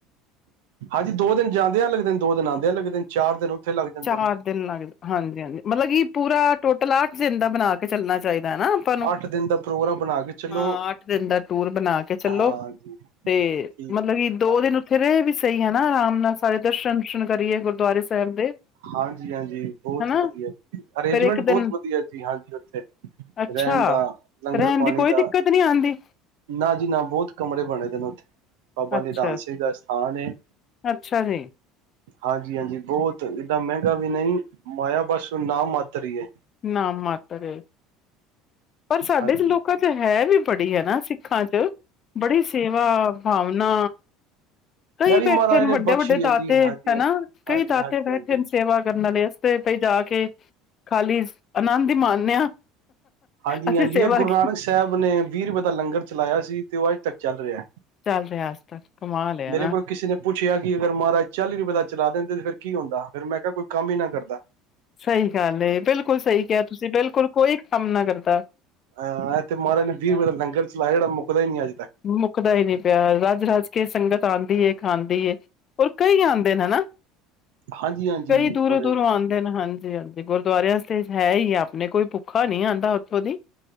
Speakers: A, on the right; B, on the left.
A: ਹਾਂਜੀ ਦੋ ਦਿਨ ਜਾਂਦਿਆ ਲੱਗਦੇ ਨੇ ਦਿਨ ਦੋ ਦਿਨ ਆਦਿਆ ਲੱਗਦੇ ਦਿਨ ਚਾਰ ਦਿਨ ਉੱਥੇ ਲੱਗ ਜਾਂਦੇ
B: ਚਾਰ
A: ਨੇ
B: ਦਿਨ ਲੱਗਦੇ ਹਾਂਜੀ ਹਾਂਜੀ ਮਤਲਬ ਕਿ ਪੂਰਾ ਟੋਟਲ ਆ ਅੱਠ ਦਿਨ ਦਾ ਬਣਾ ਕੇ ਚੱਲਣਾ ਚਾਹੀਦਾ ਆਪਾਂ ਨੂੰ
A: ਅੱਠ ਦਿਨ ਦਾ ਪ੍ਰੋਗਰਾਮ ਬਣਾ ਕੇ ਚਲੋ
B: ਹਾਂ ਅੱਠ ਦਿਨ ਦਾ ਟੂਰ ਬਣਾ ਕੇ ਚੱਲੋ
A: ਹਾਂਜੀ
B: ਤੇ
A: ਠੀਕ
B: ਮਤਲਬ ਕਿ ਦੋ
A: ਹੈ
B: ਦਿਨ ਉੱਥੇ ਰਹੇ ਵੀ ਸਹੀ ਹੈ ਆਰਾਮ ਨਾਲ ਸਾਰੇ ਦਰਸ਼ਨ ਦੂਰਸ਼ਨ ਕਰੀਏ ਗੁਰਦੁਆਰੇ ਸਾਹਿਬ ਦੇ
A: ਹਾਂਜੀ ਹਾਂਜੀ ਬਹੁਤ
B: ਹਨਾ
A: ਵਧੀਆ ਜੀ ਅਰੇਂਜਮੈਂਟ
B: ਫੇਰ ਇੱਕ ਦਿਨ
A: ਬਹੁਤ ਵਧੀਆ ਜੀ ਹਾਂਜੀ ਉੱਥੇ
B: ਅੱਛਾ
A: ਰਹਿਣ ਦਾ ਲੰਗਰ
B: ਰਹਿਣ
A: ਪਾਣੀ
B: ਦੀ ਕੋਈ
A: ਦਾ
B: ਦਿੱਕਤ ਨੀ ਆਉਂਦੀ
A: ਨਾ ਜੀ ਨਾ ਬਹੁਤ ਕਮਰੇ ਬਣੇ ਦੇ ਨੇ ਉੱਥੇ ਬਾਬਾ
B: ਅੱਛਾ
A: ਨਿਧਾਨ ਸਿੰਘ ਦਾ ਸਥਾਨ ਹੈ
B: ਅੱਛਾ ਜੀ
A: ਹਾਂਜੀ ਹਾਂਜੀ ਬਹੁਤ ਮਹਿੰਗਾ ਵੀ ਨਹੀਂ ਮਾਇਆ ਬਸ ਨਾ ਮਾਤਰ ਹੀ ਏ
B: ਨਾ ਮਾਤਰ ਪਰ ਸਾਡੇ
A: ਹਾਂਜੀ
B: ਚ ਲੋਕਾਂ ਚ ਹੈ ਵੀ ਬੜੀ ਹੈ ਨਾ ਸਿੱਖਾਂ ਚ ਬੜੀ ਸੇਵਾ ਭਾਵਨਾ ਕਈ
A: ਇਹ ਵੀ
B: ਬੈਠੇ
A: ਮਹਾਰਾਜ
B: ਨੇ ਵੱਡੇ
A: ਬਖਸ਼ੀ
B: ਵੱਡੇ
A: ਹੈ
B: ਦਾਤੇ
A: ਜੀ ਹਾਂਜੀ
B: ਹਨਾ
A: ਹਾਂਜੀ
B: ਕਈ
A: ਹਾਂਜੀ
B: ਦਾਤੇ
A: ਹਾਂਜੀ
B: ਬੈਠੇ
A: ਹਾਂਜੀ
B: ਨੇ ਸੇਵਾ ਕਰਨ ਵਾਲੇ ਤੇ ਪਈ ਜਾ ਕੇ ਖਾਲੀ ਆਨੰਦ ਹੀ ਮਾਣਦੇ ਆ
A: ਹਾਂਜੀ
B: ਅਸੀਂ
A: ਹਾਂਜੀ
B: ਸੇਵਾ
A: ਇਹ ਗੁਰੂ
B: ਕੀ
A: ਨਾਨਕ ਸਾਹਿਬ ਨੇ ਵੀਹ ਰੁਪਏ ਦਾ ਲੰਗਰ ਚਲਾਇਆ ਸੀ ਤੇ ਉਹ ਅੱਜ ਤੱਕ ਚੱਲ ਰਿਹਾ ਏ
B: ਚੱਲ ਰਿਹਾ ਅੱਜ ਤੱਕ ਕਮਾਲ ਏ ਹਨਾ
A: ਕੋਲ ਕਿਸੇ ਨੇ ਪੁੱਛਿਆ ਕਿ ਅਗਰ ਮਹਾਰਾਜ ਚਾਲੀ ਰੁਪਏ ਦਾ ਚਲਾਦੇ ਨੇ ਤਾਂ ਫਿਰ ਕੀ ਹੁੰਦਾ ਫੇਰ ਮੈਂ ਕਿਹਾ ਕੋਈ ਕੰਮ ਹੀ ਨਾ ਕਰਦਾ।
B: ਸਹੀ ਗੱਲ ਏ ਬਿਲਕੁਲ ਸਹੀ ਕਿਹਾ ਤੁਸੀਂ ਬਿਲਕੁਲ ਕੋਈ ਕੰਮ ਨਾ ਕਰਦਾ
A: ਹਾਂ ਏਹ ਤੇ
B: ਹਾਂਜੀ
A: ਮਹਾਰਾਜ ਨੇ ਵੀਹ
B: ਹਾਂਜੀ
A: ਰੁਪਏ ਦਾ ਲੰਗਰ ਚਲਾ ਜਿਹੜਾ ਮੁੱਕ ਦਾ ਨਹੀਂ ਅਜੇ
B: ਮੁੱਕਦਾ ਹੀ ਨਹੀਂ ਪਿਆ ਰੱਜ ਰਜ ਕੇ ਸੰਗਤ ਆਂਦੀ ਏ ਖਾਂਦੀ ਹੋਰ ਕਈ ਆਂਦੀ ਹਨਾ
A: ਹਾਂਜੀ ਹਾਂਜੀ
B: ਕਈ ਦੂਰੋਂ
A: ਬੜੇ
B: ਦੂਰੋਂ
A: ਬੜੇ
B: ਆਉਂਦੇ ਨੇ ਹਾਂਜੀ ਜੀ ਹਾਂਜੀ <unintelligible> ਤੇ ਗੁਰਦੁਰਿਆਂ ਆਸਤੇ ਹੈ ਹੀ ਆ ਆਪਣੇ ਕੋਈ ਔਖਾ ਨੀ ਆਂਦਾ ਉੱਥੋਂ ਦੀ